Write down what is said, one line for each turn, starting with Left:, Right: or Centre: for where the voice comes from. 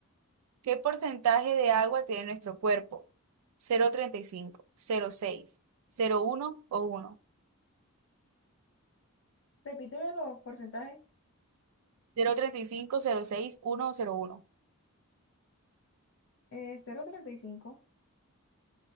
Right: ¿Qué porcentaje de agua tiene nuestro cuerpo? 0,35, 0,6, uno o
Left: Repíteme los porcentajes.
Right: 1. 0,35, seis, uno o cero coma uno.
Left: Eh, cero punto treinta y cinco